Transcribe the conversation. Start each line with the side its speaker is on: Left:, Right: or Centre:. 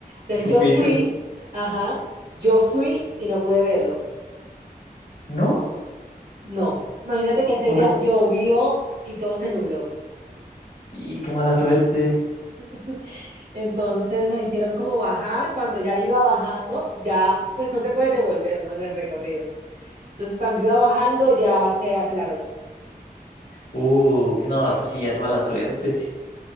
Right: Entonces
Left: Machu
Right: yo
Left: Picchu.
Right: fui, ajá, yo fui y no pude verlo.
Left: No,
Right: No, imagínate que ese
Left: por...
Right: día llovió y todo se nubló.
Left: Y qué mala suerte.
Right: <laughs> Entonces nos hicieron como bajar, cuando ya yo iba bajando, ya pues no te puedes devolver, ¿no? En el recorrido. Entonces cuando iba bajando ya se aclaró.
Left: Uh, que no, eso sí ya es mala suerte.